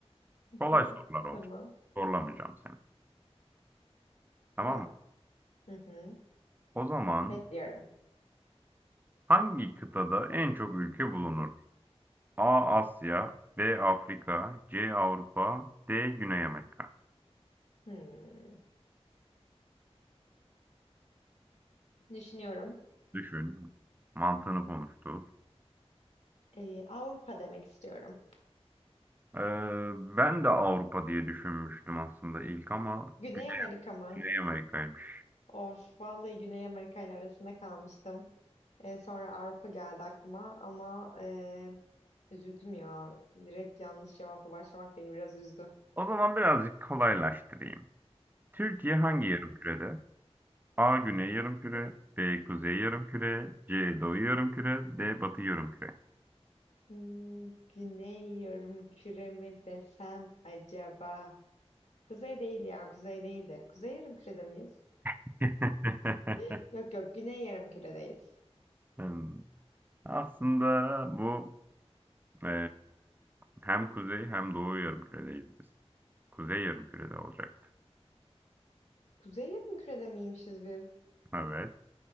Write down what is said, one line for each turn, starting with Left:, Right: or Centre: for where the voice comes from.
Left: <laughs>
Right: Kolay sorular olacak.
Left: Tamam.
Right: Zorlamayacağım seni. Tamam
Left: Tamam.
Right: mı?
Left: Hı hı.
Right: O zaman
Left: Bekliyorum.
Right: hangi kıtada en çok ülke bulunur? A. Asya, B. Afrika, C. Avrupa, D. Güney Amerika.
Left: Hmm. <clears throat> Düşünüyorum.
Right: Düşün. Mantığını konuştur.
Left: Ee, Avrupa demek istiyorum.
Right: Ee, ben de Avrupa diye düşünmüştüm aslında ilk ama
Left: Güney
Right: Güney,
Left: Amerika mı?
Right: Güney Amerika'ymış.
Left: Of, vallahi Güney Amerika ile arasında kalmıştım. Ee, sonra Avrupa geldi aklıma ama e, üzüldüm ya. Direkt yanlış cevapla başlamak beni biraz üzdü.
Right: O zaman birazcık kolaylaştırayım. Türkiye hangi yarımkürede? A. Güney yarımküre,
Left: <laughs>
Right: B. Kuzey yarımküre, C. Doğu yarımküre, D. Batı yarımküre.
Left: Hmm, Güney yarımküre mi desem acaba? Kuzey değil ya, kuzey değildir. Kuzey yarımkürede miyiz?
Right: <laughs>
Left: <laughs> Yok yok, güney yarımküredeyiz.
Right: Hmm. Aslında bu Ee, hem kuzey hem doğu yarımküredeyiz biz. Kuzey yarımkürede olacaktı.
Left: Kuzey yarımkürede miymişiz biz?
Right: Evet.